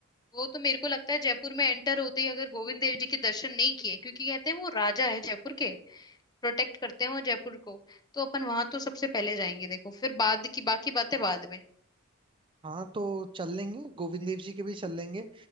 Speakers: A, on the left; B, on the right.
A: वो तो मेरे को लगता है जयपुर में एंटर होते ही अगर गोविंद देव जी के दर्शन नहीं किए क्योंकि कहते हैं वो राजा है जयपुर के प्रोटेक्ट करते हैं वो जयपुर को तो अपन वहां तो सबसे पहले जाएंगे देखो फिर बाद की बाकी बातें बाद में
B: हाँ तो चल लेंगे गोविंद देव जी के भी चल लेंगे